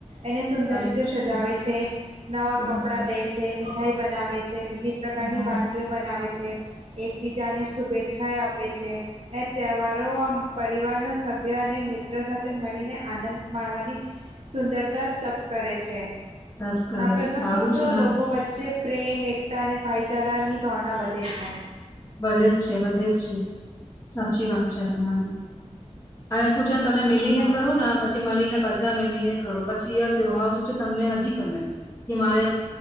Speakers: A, on the right; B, on the left.
A: એને સુંદર
B: સારું
A: રીતે
B: જ
A: સજાવે છે, નવા
B: છે
A: કપડાં લે છે, મીઠાઈ બનાવે છે વિવિધ પ્રકારની
B: માણે
A: વાનગીઓ
B: છે,
A: બનાવે છે. એકબીજા ને શુભેચ્છાએ આપ પે છે એ તહેવારો આમ પરિવારનો સભ્ય અને મિત્રો સાથે મળીને આનંદ માણવાની સુંદરતા તપ કરે છે.
B: વ્રત કરે
A: આ પ્રસંગો
B: છે સારું
A: તો
B: છે ને
A: લોકો વચ્ચે પ્રેમ, એક તા અને ભાઈચારાની ભાવના વધે છે.
B: બધે જ છે, વધે જ છે. સાચી વાત છે આ તમારી. શું છેને તમે મીલીને
A: હા
B: કરો ને પછી મલીને બધા મેલીને ખરો. પછી આ ત્યોહાર શું છે, તમને હજી ગમે. કે મારે